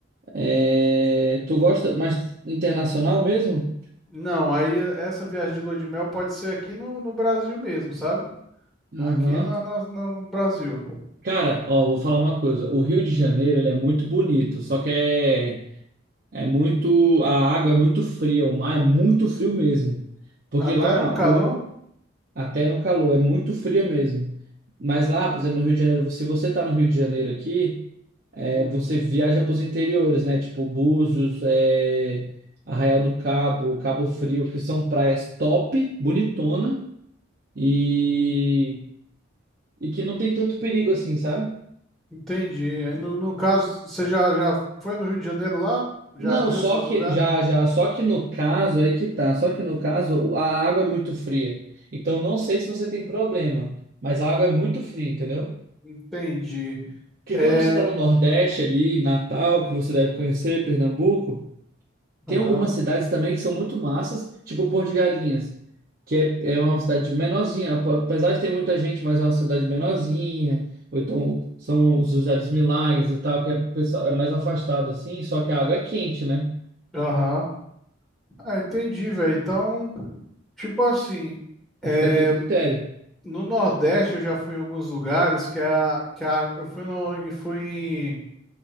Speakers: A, on the right; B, in the centre.
A: é, Tu gosta mais internacional mesmo?
B: não, aí essa viagem de lua de mel pode ser aqui no, no Brasil mesmo, sabe? Aqui
A: Aham.
B: na, na- na- no Brasil.
A: Cara, ó, vou falar uma coisa. O Rio de Janeiro, ele é muito bonito, só que é, é muito, a água é muito fria, o mar é muito frio mesmo. Porque
B: Até
A: lá,
B: no calor?
A: o- até no calor, é muito fria mesmo. Mas lá, por exemplo, no Rio de Janeiro, se você tá no Rio de Janeiro aqui, é,
B: Hum,
A: você viaja para os interiores, né? Tipo Búzios, é, Arraial do Cabo, Cabo Frio, que são praias top, bonitona e, e que não tem tanto perigo assim, sabe?
B: entendi. Aí no, no caso, você já, já foi no Rio de Janeiro lá? Já
A: Não,
B: viu
A: só
B: esses
A: que
B: lugares?
A: já, já, só que no caso aí que tá, só que no caso a água é muito fria. Então não sei se você tem problema, mas a água é muito fria, entendeu?
B: Entendi.
A: Que
B: É,
A: quando você tá no Nordeste ali, Natal, que você deve conhecer, Pernambuco, tem
B: Aham,
A: algumas cidades também que são muito massas, tipo Porto de Galinhas, que é, é uma cidade menorzinha, ap- apesar de ter muita gente, mas é uma cidade menorzinha. Ou então são os José dos Milagres e tal, que é, pessoal- é mais afastado assim, só que a água é quente, né?
B: aham. Ah, entendi, velho. Então, tipo assim, é,
A: Aí fica a teu critério.
B: no Nordeste eu já fui em alguns lugares que a, que a eu fui no e fui em,